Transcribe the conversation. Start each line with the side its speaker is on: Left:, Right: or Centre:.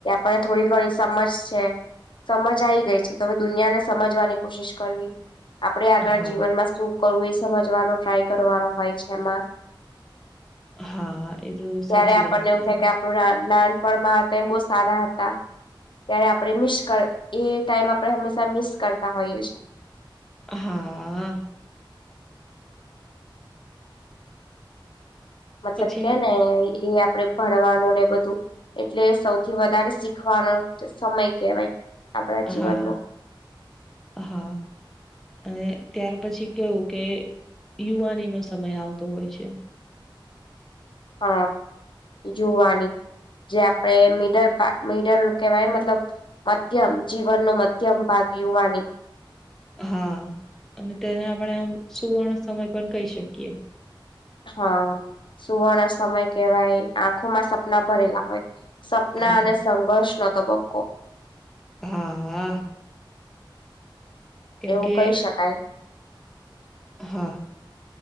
Left: અને થોડી ઘણી સમજ છે. સમજ આવી ગઈ છે તો હવે દુનિયાને સમજવાની કોશિશ કરવી આપડે આગળ
Centre: હા,
Left: જીવનમાં શું કરવું એ સમજવાનો ટ્રાય કરવાનો હોય છે એમાં
Centre: હા એ તો
Left: ત્યારે
Centre: સાચી
Left: આપણને
Centre: વાત કીધી.
Left: એવું થાય કે આપણું નાનપણમાં હતા એ બહુ સારા હતા. ત્યારે આપણે મિસ એ ટાઈમ આપણે હંમેશા મિસ કરતા હોઈએ છીએ.
Centre: હા
Left: મતલબ
Centre: પછીનું
Left: કેને એ આપડે ભણવાનું ને બધું એટલે સૌથી વધારે શીખવાનો સમય કેવાય આપણા જીવનમાં
Centre: હા, હા અને ત્યાર પછી કેવું કે યુવાની નો સમય આવતો હોય છે.
Left: હ જુવાની જે આપડે મીડલ પાક મિડલ કેવાય મતલબ મધ્યમ જીવનનો મધ્યમ ભાગ જુવાની
Centre: હા અને તેને આપણે આમ સુવર્ણ સમય પણ કહી શકીએ
Left: હા સુવર્ણ સમય કેવાય આંખોમાં સપના ભરેલા હોય. સપના
Centre: હા
Left: અને સંઘર્ષ નો તબક્કો
Centre: હા હા. કેમકે
Left: એવું કહી શકાય
Centre: હા